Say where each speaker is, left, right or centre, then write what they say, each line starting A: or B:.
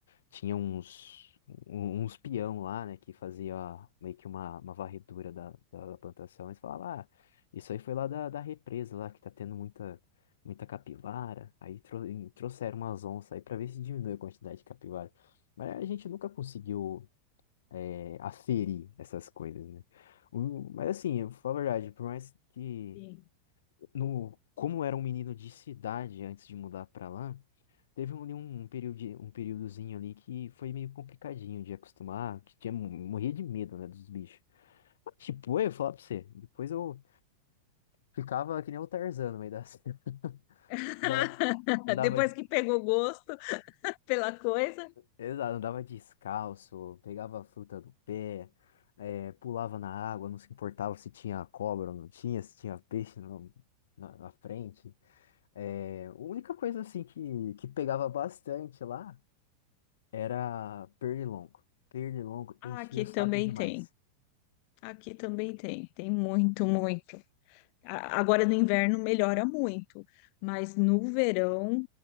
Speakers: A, on the left; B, on the left.
A: tinha uns, um- uns peão lá, né, que fazia meio que uma, uma varredura da, da, da plantação. Eles falavam, ah, isso aí foi lá da, da represa lá, que tá tendo muita, muita capivara. Aí tro- e trouxeram umas onças aí pra ver se diminui a quantidade de capivara. Mas a gente nunca conseguiu é, aferir essas coisas, né? O- mas assim, eu vou falar a verdade, por mais que...
B: sim.
A: No, como era um menino de cidade antes de mudar pra lá, Teve um, um período, de- um períodozinho ali que foi meio complicadinho de acostumar, que tinha, morria de medo, né, dos bichos. Mas, tipo, eu ia falar pra você, depois eu ficava que nem o Tarzan no meio da cena. <laughs>
B: <laughs>
A: Andava, andava,
B: Depois
A: de,
B: que pegou gosto pela coisa,
A: exato, andava descalço, pegava a fruta do pé, eh, pulava na água, não se importava se tinha cobra ou não tinha, se tinha peixe no- na, na frente. Eh, a única coisa, assim, que, que pegava bastante lá Era pernilongo. Pernilongo
B: ah,
A: enchia
B: aqui
A: o saco
B: também
A: demais.
B: tem. Aqui também tem, tem muito, muito. A- Agora no inverno melhora muito, mas no verão,